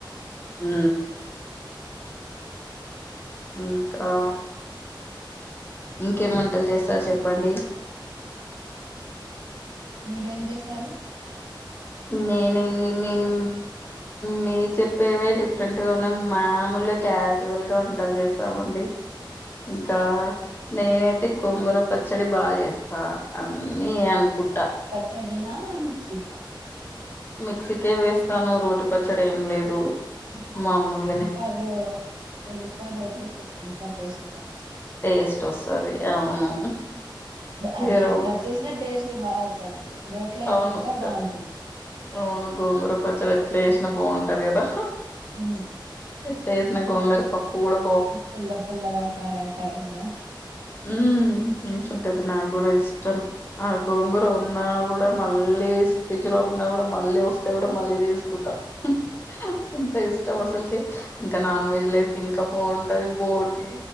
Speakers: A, on the left; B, on the right.
A: ఉ ఇంకా ఇంకేమి వంటలు చేస్తారు చెప్పండి
B: మీరేం చేస్తారు
A: నేనే మేము మీ చెప్పేవే డిఫరెంట్ గా ఉన్నా మామూలుగా క్యాజువల్గా వంటలు చేస్తామండి ఇంకా నేనైతే గోంగూర పచ్చడి బాగ చేస్తా అన్నీ అనుకుంట
B: <unintelligible> మిక్సిక
A: మిక్సీకే వేస్తాను రోటి పచ్చడి ఏం లేదు మామూలు
B: ఇంకా రో ఇంక రోడ్లు చ్చేస్తే ఇంకా టేస్ట్ బా
A: టేస్ట్ వస్తది అవును
B: అది
A: ఏరో
B: ఎట్ల చేసినా టేస్ట్ బావస్తది రోట్లో అయితే
A: అవును
B: ఇంకా
A: కదా
B: బాటుంది
A: అవును గోంగుర పచ్చడి ఎట్ల చేసినా బాగుంటది కదా
B: ఉ
A: ఎట్ వేసిన గోంగర పప్పు గూడం
B: పుల్ల పుల్లగా, కారం కారంగా
A: ఉ మంచుంటది నాకు కూడా ఇష్టం ఆ గోంగూర ఉన్నా కూడా మ మళ్ళీ ఫ్రిడ్జ్ లో ఉన్నా కూడా మళ్ళీ వస్తే కూడా మళ్ళీ తీసుకుంటాం హ్హ్ ఎంత ఇ ఇష్టం అసలుకి ఇంకా నాన్ వెజ్ లో ఏస్తే ఇంకా బావుంటది బోటి